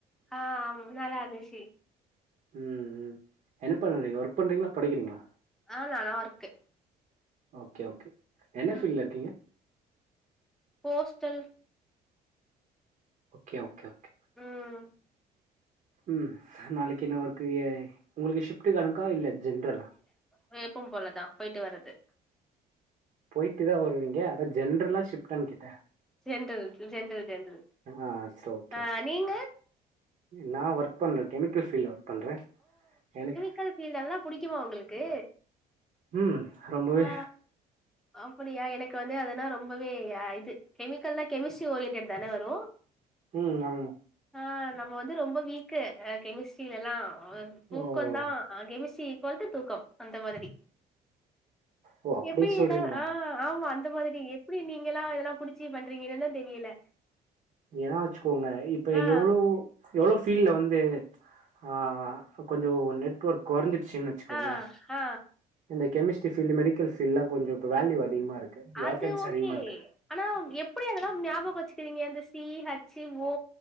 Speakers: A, in the centre; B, on the right.
A: ஆ ஆமா நல்லாருந்துஷி
B: ம் ம் என்ன பண்றீங்க ஒர்க் பண்றீங்ளா படிக்கிறீங்களா
A: நானா நா ஒர்க்கு
B: ஓக்கே ஓக்கே என்ன
A: ம்
B: ஃபீல்ல இருக்கீங்க
A: போஸ்டல்
B: ஓக்கே ஓக்கே ஓக்கே
A: ம்
B: ம் நாளக்கி என்ன ஒர்க்கு உங்களுக்கு ஷிஃப்ட்டு கணக்கா இல்ல ஜென்ரலா
A: ரு எப்பும் போலதா போய்ட்டு வரது
B: போய்ட்டு தா வருவிங்க அதா ஜென்ரலா ஷிஃப்டானு கேட்டே
A: ஜென்ரல் இது ஜென்ரல் ஜென்ரல்
B: ஆ சரி ஓகே
A: ஆ
B: ஓகே
A: நீங்க
B: நா ஒர்க் பண்ற கெமிக்கல் ஃபீல்ல ஒர்க் பண்ற எனக்
A: கல் ஃபீல்டெல்லா புடிக்குமா உங்களுக்கு
B: ம் ரொம்பவே
A: ஆ அப்படியா எனக்கு வந்து அதுனா ரொம்பவே அ இது கெமிக்கல்னா கெமிஸ்டி ஓரியன்டட் தான வரு
B: ம் ஆமா
A: ஆ நம்ம வந்து ரொம்ப வீக்கு ஆ கெமிஸ் கெமிஸ்ரி எல்லா ஆ தூக்கோந்தா
B: ஓ
A: ஆ கெமிஸ்ரி இகுவால்ட்டு தூக்கம் அந்த மாதிரி
B: ஓ அப்டி
A: எப்டினா
B: சொல்றீங்களா?
A: ஆ ஆமா அந்த மாதிரி எப்டி நீங்கல்லா இதெல்லா புடிச்சு பண்றீங்கன்னுதா தெரியல
B: ஞாவச்சுக்கோங்க இப்ப
A: ஆ
B: எவ்வளோ எவ்ளோ ஃபீல்ல வந்து ஆ கொஞ்சூ நெட்ஒர்க் கொறஞ்சிடுச்சுன்னு வச்சுக்கோங்களேன்.
A: ஆ ஆ
B: இந்த கெமிஸ்ட்ரி ஃபீல்டு மெடிக்கல் பீல்டுல்லா கொஞ்சு இப்ப வேல்யூ அதிகமா இருக்கு
A: அது
B: வேக்கன்ஸி
A: ஓகே
B: அதிகமா இருக்கு
A: ஆனா எப்டி அதெல்லா ஞாபக வச்சுக்கிறீங்க அந்த சி ஹச்சி ஓ